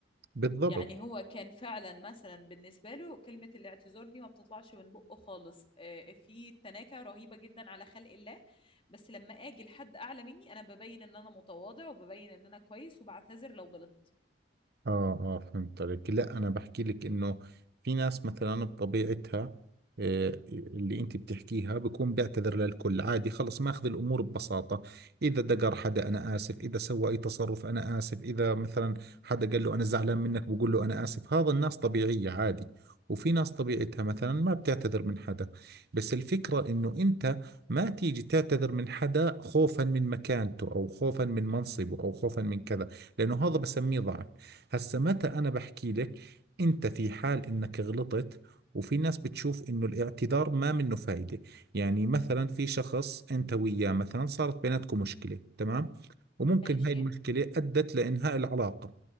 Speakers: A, on the right (about 60°); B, on the left (about 30°).
A: بالضبط
B: يعني هو كان فعلا مثلا بالنسبة له كلمة الاعتذار دي ما بتطلعش من بقه خالص آه، في تناكة رهيبة جدا على خلق الله بس لما أجي لحد أعلى مني أنا ببين إن أنا متواضع وببين إن أنا كويس وبعتذر لو غلطت
A: اه اه فهمت عليك لا انا بحكي لك انه في ناس مثلا بطبيعتها آه، اللي انت بتحكيها بكون بيعتذر للكل عادي خلص ماخذ الامور ببساطة اذا دقر حدا انا اسف اذا سوى اي تصرف انا اسف اذا مثلا حدا قال له انا زعلان منك بقول له انا اسف هذا الناس طبيعية عادي وفي ناس طبيعتها مثلا ما بتعتذر من حدا بس الفكرة انه انت ما تيجي تعتذر من حدا خوفا من مكانته او خوفا من منصبه او خوفا من كذا لانه هذا بسميه ضعف هسا متى أنا بحكي لك أنت في حال إنك غلطت وفي ناس بتشوف إنه الاعتذار ما منه فايدة يعني مثلا في شخص أنت وياه مثلا صارت بيناتكم مشكلة تمام وممكن
B: ماشي
A: هاي المشكلة أدت لإنهاء العلاقة